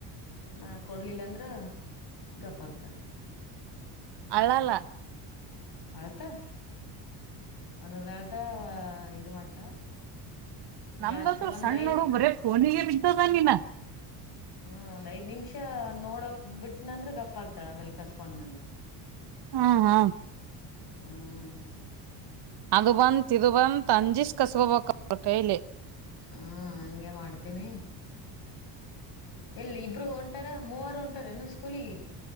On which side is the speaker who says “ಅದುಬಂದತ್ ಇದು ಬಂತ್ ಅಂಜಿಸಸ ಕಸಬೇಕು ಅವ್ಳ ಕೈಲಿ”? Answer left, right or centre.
Right